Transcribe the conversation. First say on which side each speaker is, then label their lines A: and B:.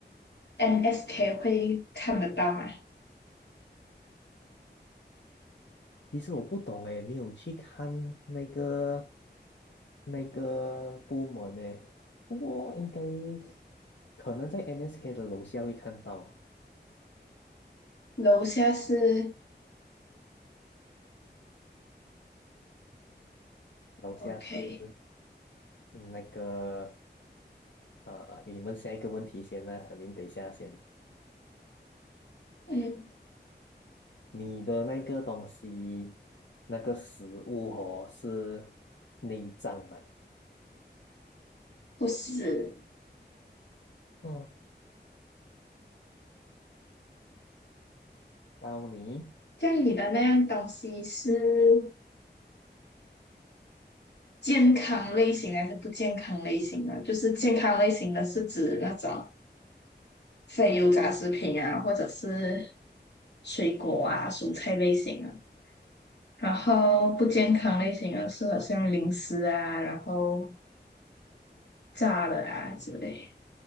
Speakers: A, on the left; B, on the left.
A: NSK 会看得到吗？
B: 其实我不懂诶，没有去看那个那个部门诶，不过应该是可能在 NSK 的楼下会看到，
A: 楼下是
B: 楼下是
A: OK，
B: 嗯那个呃，你问下一个问题先呢，海明，等一下先，
A: 嗯，
B: 你的那个东西那个食物哦是内脏嘛，
A: 不是。
B: 嗯，到你
A: 这样你的那样东西是健康类型还是不健康类型的？就是健康类型的是指那种非油炸食品啊，或者是水果啊、蔬菜类型啊。然后不健康类型的是好像零食啊，然后炸的啊之类。